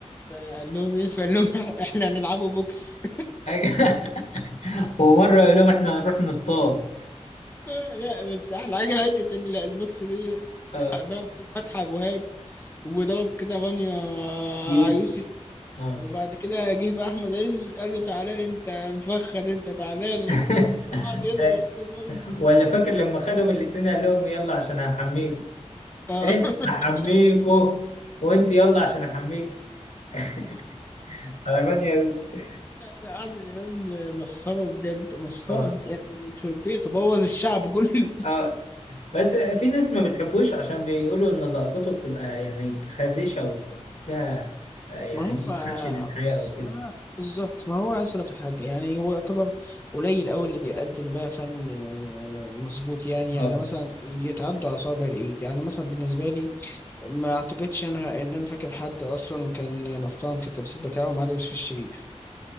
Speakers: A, on the left (about 20°); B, on the left (about 80°).
A: فقال لهم ايه فقال لهم <laughs> احنا هنلعبوا بوكس
B: ايوه <laughs> ومره يقول لهم احنا هنروح نصطاد
A: <laughs> لا بس احلى حاجه حته ال- البوكس دي <laughs>
B: اه
A: ضرب فتحي ابو وهاب وضرب كده رانيا
B: يوسف
A: يوسف
B: اه
A: وبعد كده جه بقى احمد عز قال له تعالى لي انت مفخد انت تعالى
B: <laughs>
A: لي قعد يضرب كده
B: ولا فاكر لما خدهم الاتنين قال لهم يلا عشان هحميكوا
A: اه
B: ايه
A: <laughs>
B: هحميكوا وانت يلا عشان احميك <laughs> غلبان يا يوسف
A: لا، لا، عادل امام مسخره بجد مسخره
B: اه
A: يعني مش وديه تبوظ الشعب كله
B: اه بس في ناس ما بتحبوش عشان بيقولوا ان لقطته بتبقى يعني خادشة وفيها آه، يعني
A: ما هو
B: إيه،
A: آه،
B: خدش للحياة
A: بص
B: وكده
A: ما بالظبط ما هو عايز أقولك حاجة يعني هو يعتبر قليل أوي اللي بيقدم بقى فن آه، مظبوط يعني يعني
B: اه
A: مثلا يتعدوا على صوابع الإيد يعني مثلا بالنسبة لي ما أعتقدش إن أنا إن أنا فاكر حد أصلا كان محترم في التمثيل بتاعه ما عدا يوسف الشريف